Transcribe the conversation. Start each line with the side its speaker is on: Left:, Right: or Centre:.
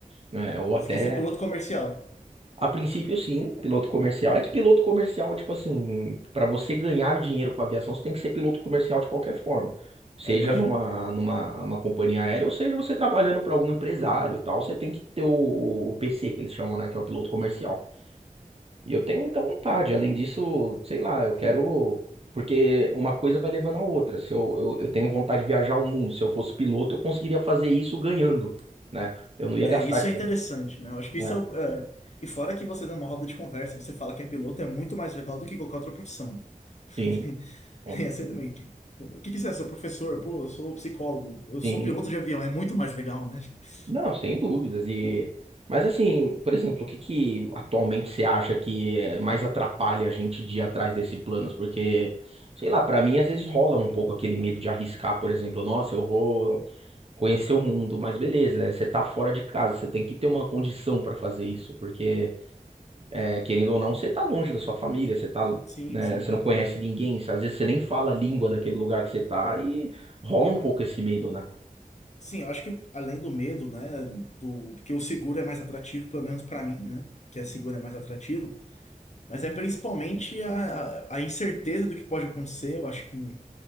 Right: né, ou
Left: Você
Right: até
Left: quer ser piloto comercial?
Right: a princípio, sim, piloto comercial. É que piloto comercial, tipo assim, para você ganhar dinheiro com a aviação, você tem que ser piloto comercial de qualquer forma. Seja
Left: É, imagino.
Right: numa, numa uma companhia aérea, ou seja você trabalhando para algum empresário e tal, você tem que ter o, o PC, que eles chamam, né, que é o piloto comercial. E eu tenho muita vontade. Além disso, sei lá, eu quero. Porque uma coisa vai levando a outra. Se eu, eu, eu tenho vontade de viajar o mundo, se eu fosse piloto, eu conseguiria fazer isso ganhando, né? Eu não ia
Left: É,
Right: gastar
Left: isso
Right: dinheiro.
Left: é interessante, né? Eu acho que
Right: É.
Left: isso é, o- é. E fora que você dá uma roda de conversa, você fala que é piloto, é muito mais legal do que qualquer outra profissão. <laughs>
Right: Sim, com
Left: Tem
Right: certeza.
Left: essa também. O que que você é? Seu professor? Pô, eu sou psicólogo. Eu sou
Right: Sim.
Left: piloto de avião. É muito mais legal, né? <laughs>
Right: Não, sem dúvidas. E mas assim, por exemplo, o que que atualmente você acha que eh, mais atrapalha a gente de ir atrás desses planos? Porque, sei lá, pra mim às vezes rola um pouco aquele medo de arriscar, por exemplo, nossa, eu vou conhecer o mundo, mas beleza, eh, você tá fora de casa, você tem que ter uma condição pra fazer isso, porque eh, querendo ou não, você tá longe da sua família, você tá,
Left: Sim,
Right: né,
Left: sim.
Right: você não conhece ninguém, às vezes você nem fala a língua daquele lugar que você tá e rola um pouco esse medo, né?
Left: Sim, eu acho que além do medo, né, do porque o seguro é mais atrativo, pelo menos para mim, né, que é seguro é mais atrativo, mas é principalmente a, a, a incerteza do que pode acontecer, eu acho que,